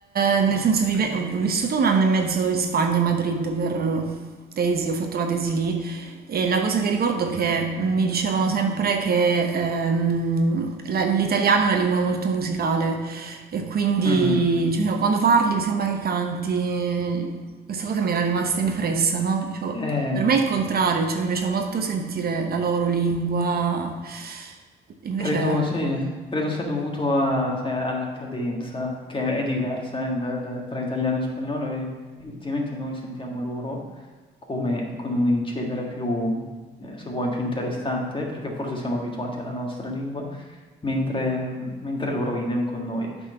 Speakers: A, on the right (about 50°); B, on the left (about 25°).
A: eh, nel senso, vive- ho ho vissuto un anno e mezzo in Spagna, a Madrid, per tesi, ho fatto la tesi lì e la cosa che ricordo è che mi dicevano sempre che ehm, la- l'italiano è una lingua molto musicale e quindi
B: Mhm.
A: cioè, no, quando parli mi sembra che canti, questa cosa mi era rimasta impressa, no? Dicevo,
B: Eh,
A: per me è il contrario, cioè mi piaceva molto sentire la loro lingua, invece...
B: credo, sì, credo sia dovuto a- sai, alla cadenza, che è diversa eh, da- da- tra italiano e spagnolo, e effettivamente noi sentiamo loro, come con un incedere più, eh, se vuoi, più interessante, perché forse siamo abituati alla nostra lingua, mentre, mentre loro idem con noi.